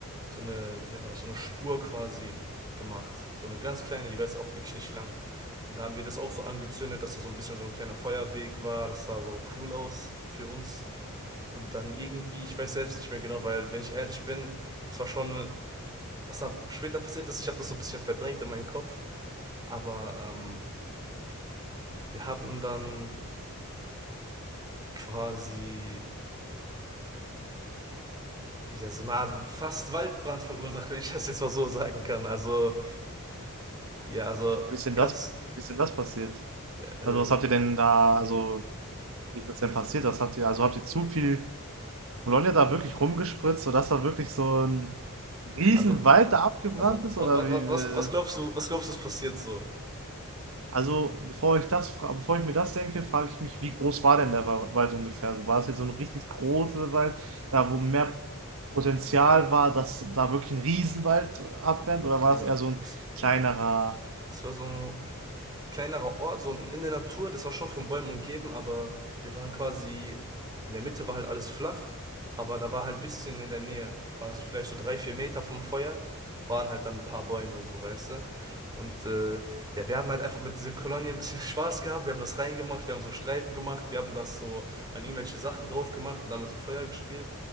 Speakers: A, on the right; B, on the right.
A: so eine, wie nennt man das, so eine Spur quasi gemacht. So eine ganz kleine, die war jetzt auch wirklich nicht lang. Und da haben wir das auch so angezündet, dass da so ein bisschen so ein kleiner Feuerweg war. Das sah so cool aus für uns. Und dann irgendwie, ich weiß selbst nicht mehr genau, weil wenn ich ehrlich bin, das war schon, was da später passiert ist, ich habe das so ein bisschen verdrängt in meinem Kopf. Aber ähm, wir haben dann quasi ja, so eine Art fast Waldbrand verursacht, wenn ich das jetzt mal so sagen kann. Also Ja, also
B: Wie ist denn
A: kannst.
B: das, wie ist denn das passiert?
A: Ja, äh,
B: Also was habt ihr denn da, also wie ist das denn passiert? Was habt ihr, also habt ihr zu viel Bologna da wirklich rumgespritzt, sodass da wirklich so ein Riesenwald
A: also,
B: da abgebrannt
A: also
B: ist?
A: wa,
B: Oder
A: wa,
B: wie,
A: wa- was,
B: wie-
A: was glaubst du, was glaubst du, ist passiert so?
B: Also, bevor ich das, fra- bevor ich mir das denke, frage ich mich, wie groß war denn der Wa- Wald ungefähr? Also, War das jetzt so ein richtig großer Wald, da wo mehr Potenzial war, dass da wirklich ein Riesenwald abbrennt, oder war
A: Also,
B: das eher so ein
A: das,
B: kleinerer?
A: das war so, kleinerer Ort, so in der Natur. Das war schon von Bäumen umgeben, aber wir waren quasi, in der Mitte war halt alles flach, aber da war halt ein bisschen in der Nähe, quasi vielleicht so drei, vier Meter vom Feuer, waren halt dann ein paar Bäume, so weißt du. Und äh, ja, wir haben halt einfach mit dieser Kolonie ein bisschen <laughs> Spaß gehabt. Wir haben das reingemacht, wir haben so Streifen gemacht, wir haben das so an irgendwelche Sachen drauf gemacht und damit so Feuer gespielt.